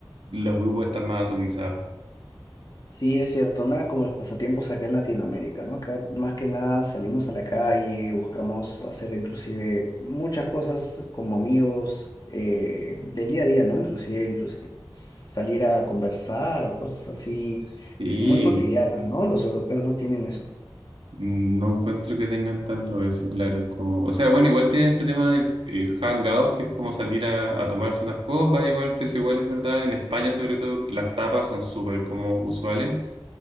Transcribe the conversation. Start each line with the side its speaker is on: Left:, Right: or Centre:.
Right: los grupos están más atomizados.
Left: Sí, es cierto. Nada como los pasatiempos acá en Latinoamérica, ¿no? Acá más que nada salimos a la calle, buscamos hacer inclusive muchas cosas como amigos eh, del día a día, ¿no? Inclusive, inclusive salir a conversar o cosas así
Right: Sí,
Left: muy cotidianas, ¿no? Los europeos no tienen eso.
Right: Mm, No encuentro que tengan tanto eso, claro. Como, o sea, bueno, igual tiene este tema del eh, hangout, que es como salir a, a tomarse unas copas, igual, si eso igual es verdad. En España, sobre todo, las tapas son súper como usuales,